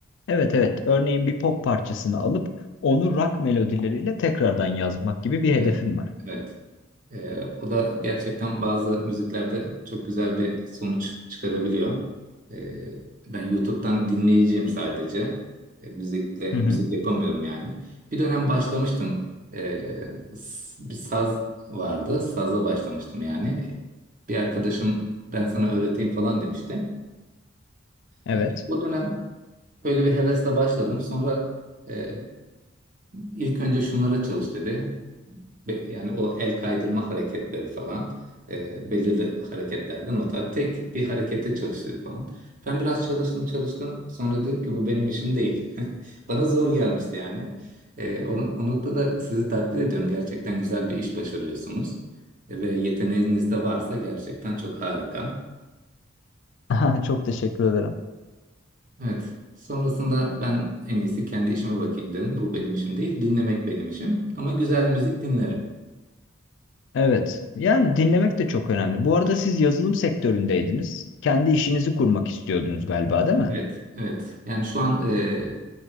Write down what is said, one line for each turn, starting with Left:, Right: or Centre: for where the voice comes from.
Left: evet evet örneğin bir pop parçasını alıp onu rock melodileriyle tekrardan yazmak gibi bir
Right: Evet,
Left: hedefim var.
Right: evet. Ee, o da gerçekten bazı müziklerde çok güzel bir sonuç çıkarabiliyor. Ee, ben YouTube'dan dinleyiciyim sadece. Ee, müzikle
Left: Hı
Right: müzik
Left: hı.
Right: yapamıyorum yani. Bir dönem başlamıştım. Ee, s- bir saz vardı. Saza başlamıştım yani. Bir arkadaşım ben sana öğreteyim falan demişti.
Left: Evet.
Right: Ee, o dönem böyle bir hevesle başladım. Sonra e, İlk önce şunlara çalış dedi. Be- yani o el kaydırma hareketleri falan e, belirli hareketlerden o tarz. Tek bir harekete çalış dedi falan. Ben biraz çalıştım çalıştım. Sonra dedim ki bu benim işim değil. <laughs> Bana zor gelmişti yani. E, o, o noktada sizi takdir ediyorum. Gerçekten güzel bir iş başarıyorsunuz. E, ve yeteneğiniz de varsa gerçekten çok harika.
Left: <laughs> Çok teşekkür ederim.
Right: Evet. Sonrasında ben en iyisi kendi işime bakayım dedim. Bu benim işim değil. Dinlemek benim işim. Ama güzel müzik dinlerim.
Left: Evet. Yani dinlemek de çok önemli. Bu arada siz yazılım sektöründeydiniz. Kendi işinizi kurmak istiyordunuz galiba, değil mi?
Right: Evet, evet. Yani şu an e,